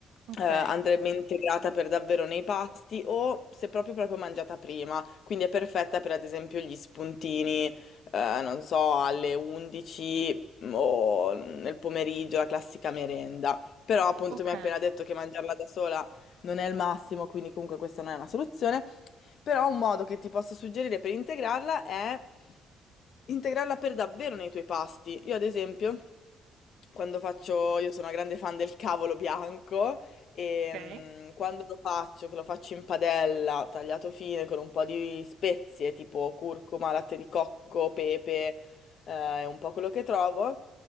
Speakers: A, on the right; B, on the left.
A: ok,
B: Eh, andrebbe integrata per davvero nei pasti o se proprio proprio mangiata prima, quindi è perfetta per ad esempio gli spuntini, eh, non so, alle 11 o nel pomeriggio, la classica merenda. Però appunto
A: ok,
B: tu mi hai appena detto che mangiarla da sola non è il massimo, quindi comunque questa non è una soluzione. Però un modo che ti posso suggerire per integrarla è integrarla per davvero nei tuoi pasti. Io ad esempio, quando faccio, io sono una grande fan del cavolo bianco e
A: Ok?
B: mm, quando lo faccio, che lo faccio in padella, tagliato fine con un po' di spezie tipo curcuma, latte di cocco, pepe, eh, e un po' quello che trovo.